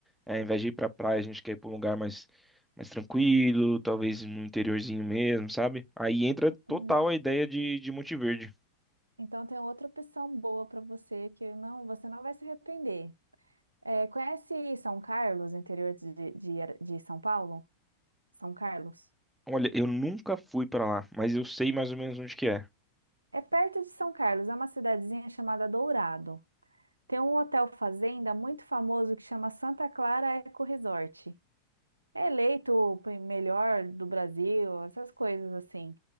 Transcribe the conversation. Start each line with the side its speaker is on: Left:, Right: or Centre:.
Centre: É, ao invés de ir pra praia, a gente quer ir pra um lugar mais, mais tranquilo, talvez no interiorzinho mesmo, sabe? Aí entra
Right: Hum,
Centre: total a ideia de, de Monte Verde.
Right: Então tem outra opção boa para você que não, você não vai se arrepender. É, conhece São Carlos, interior de, de, de São Paulo? São Carlos?
Centre: Olha, eu nunca fui pra lá, mas eu sei mais ou menos onde que é.
Right: É perto de São Carlos, é uma cidadezinha chamada Dourado. Tem um hotel fazenda muito famoso que chama Santa Clara Eco Resort. É eleito o pe- melhor do Brasil, essas coisas assim.